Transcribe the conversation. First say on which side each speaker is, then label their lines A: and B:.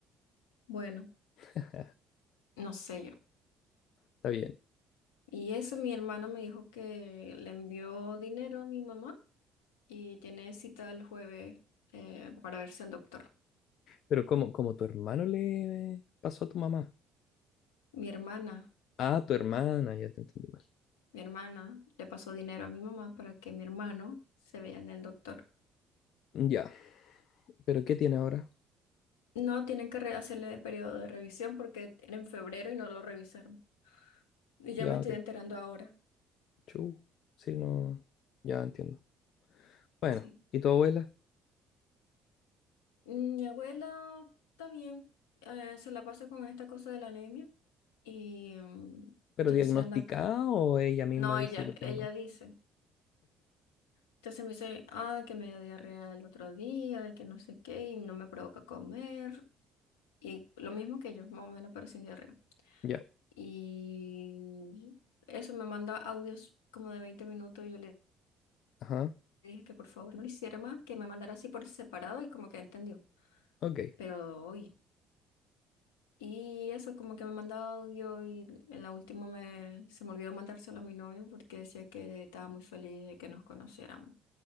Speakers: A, on the left; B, on the left.
A: bueno,
B: <laughs>
A: no sé yo.
B: Está bien.
A: Y eso, mi hermana me dijo que le envió dinero a mi mamá y tiene cita el jueves eh, para verse al doctor.
B: Pero ¿cómo, cómo tu hermano le pasó a tu mamá?
A: Mi hermana,
B: Ah, tu hermana, ya te entendí mal.
A: mi hermana le pasó dinero a mi mamá para que mi hermano se vea en el doctor.
B: Mm, Ya, pero ¿qué tiene ahora?
A: No tienen que re- hacerle periodo de revisión porque era en febrero y no lo revisaron. Y yo
B: Ya,
A: me estoy
B: ok.
A: enterando ahora,
B: Chu, sí, no, ya entiendo. Bueno,
A: sí.
B: ¿y tu abuela?
A: Mm, Mi abuela está bien, eh, se la pasa con esta cosa de la anemia y mm,
B: ¿Pero
A: entonces
B: diagnosticada
A: anda...
B: o ella misma
A: No,
B: dice
A: ella,
B: yo tengo?
A: ella dice. Entonces me dice, ay, que me dio diarrea el otro día, que no sé qué, y no me provoca comer. Y lo mismo que yo, más o menos, pero sin diarrea.
B: Ya,
A: Y eso me manda audios como de 20 minutos. Yo le
B: ajá,
A: dije que por favor no lo hiciera más, que me mandara así por separado y como que entendió.
B: ok.
A: Pero hoy. Y eso, como que me mandaba audio y en la última me, se me olvidó mandárselo a mi novio porque decía que estaba muy feliz de que nos conociéramos,